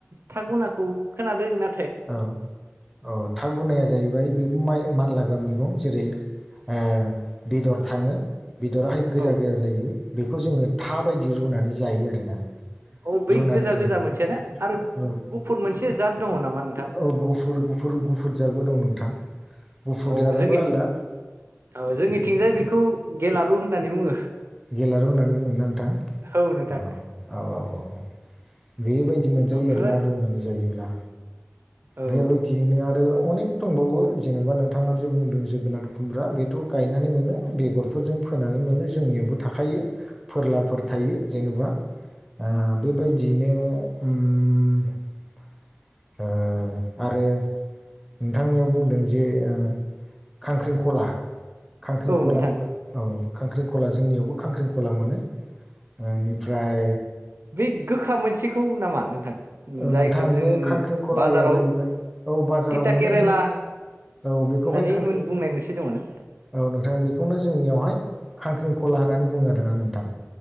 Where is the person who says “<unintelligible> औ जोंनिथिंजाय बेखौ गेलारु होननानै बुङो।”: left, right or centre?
Right